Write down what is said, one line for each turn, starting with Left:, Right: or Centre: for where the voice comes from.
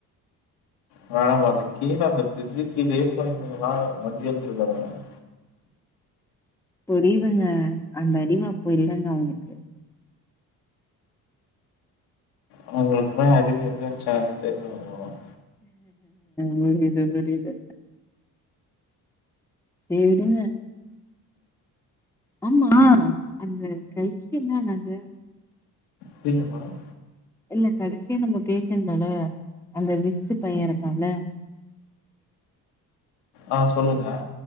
Left: மேடம் அந்த கீழ அந்த ஃப்ரிட்ஜ்க் கீழயே போயிருந்திகன்னா வண்டி வந்திருக்கும் மேடம்
Centre: புரியுதுங்க அந்த அறிவு அப்போ இல்லங்க அவுங்களுக்கு
Left: அவுங்களுக்கெல்லா அறிவு எதுல வச்சாங்கன்னே தெர்ல மேடம்
Centre: புரியுது புரியுது ஏ விடுங்க ஆமா அந்த கல்கி என்ன ஆனாங்க
Left: புரியில மேடம்
Centre: இல்ல கடசியா நம்ம பேசிருந்தோல்ல அந்த விஸ்சு பையன் இருக்கான்ல்ல
Left: ஆ சொல்லுங்க